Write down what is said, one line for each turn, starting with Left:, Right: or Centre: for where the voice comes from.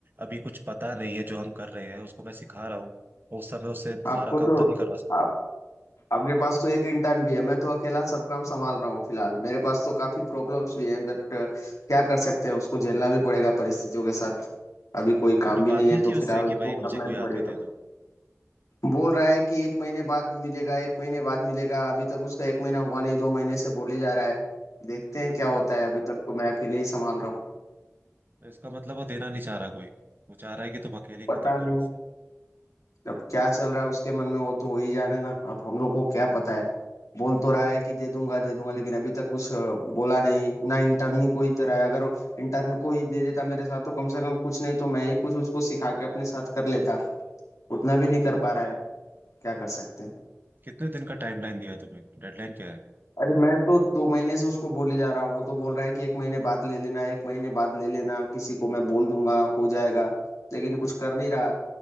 Right: अभी कुछ पता नहीं है जो हम कर रहे हैं उसको मैं सिखा रहा हूँ और उस समय उससे
Left: आपको
Right: सारा
Left: तो
Right: काम तो नहीं करवा सकता
Left: आप आपके पास तो एक इंटर्न भी है मैं तो अकेला सब काम संभाल रहा हूँ फिलहाल मेरे पास तो काफी प्रॉब्लम्स भी हैं बट क्या कर सकते हैं उसको झेलना भी पड़ेगा परिस्थितियों के साथ अभी कोई
Right: तुमने
Left: काम भी
Right: बात
Left: नहीं है
Right: नहीं की
Left: तो फिलहाल
Right: उससे कि
Left: उसको
Right: भाई
Left: करना
Right: मुझे
Left: ही
Right: कोई
Left: पड़ेगा
Right: आदमी दे दो
Left: बोल रहा है कि एक महीने बाद मिलेगा एक महीने बाद मिलेगा अभी तक उसका एक महीना हुआ नहीं दो महीने से बोले जा रहा है देखते
Right: <laughs>
Left: हैं क्या होता है अभी तक तो मैं अकेले ही संभाल रहा हूँ
Right: तो इसका मतलब वो देना नहीं चाह रहा कोई वो चाह रहा है कि तुम अकेले ही
Left: पता
Right: खत्म करो
Left: नहीं
Right: उसे
Left: अब क्या चल रहा है उसके मन में वो तो वही जाने ना अब हम लोग को क्या पता है बोल तो रहा है कि दे दूंगा दे दूंगा लेकिन अभी तक कुछ अ, बोला नहीं ना इंटर्न ही कोई तरह है अगर इंटर्न को ही दे देता मेरे साथ तो कम से कम कुछ नहीं तो मैं ही कुछ उसको सिखा के अपने साथ कर लेता उतना
Right: हाँ
Left: भी नहीं कर पा रहा है क्या कर सकते हैं
Right: कितने दिन का टाइमलाइन दिया है तुम्हें डेडलाइन क्या है
Left: अरे मैं तो दो महीने से उसको बोले जा रहा हूँ वो तो बोल रहा है कि एक महीने बाद ले लेना एक महीने बाद ले लेना किसी को मैं बोल दूंगा हो जाएगा लेकिन कुछ
Right: हम्म।
Left: कर नहीं रहा